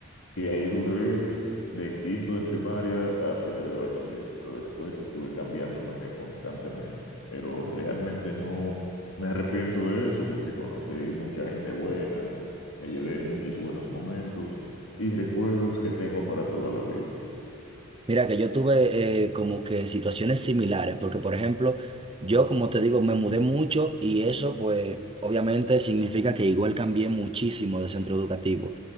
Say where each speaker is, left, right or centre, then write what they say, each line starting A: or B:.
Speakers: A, on the left (about 80°); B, on the right (about 25°).
A: y ahí duré de quinto de primaria a primero de bachiller, pero después estuve cambiándome constantemente. Pero realmente no me arrepiento de eso porque conocí mucha gente buena, me llevé muchos buenos momentos y recuerdos que tengo para toda la vida.
B: Mira que yo tuve eh, como que situaciones similares, porque por ejemplo, yo como te digo, me mudé mucho y eso pues obviamente significa que igual cambié muchísimo de centro educativo.